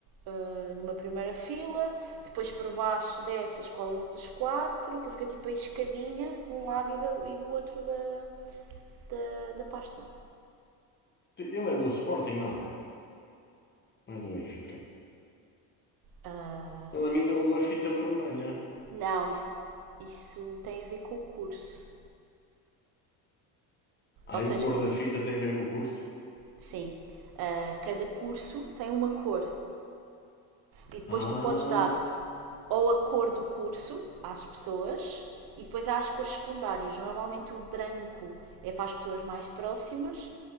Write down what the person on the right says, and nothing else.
ah, numa primeira fila, depois por baixo dessas colas outras quatro, que fica tipo a escadinha de um lado e do, e do outro da, da, da pasta.
Ah,
não, isso, isso tem a ver com o curso.
Ou
seja,
sim, ah, cada curso tem uma cor e depois
tu podes dar ou a cor do curso às pessoas e depois há as cores secundárias. Normalmente o branco é para as pessoas mais próximas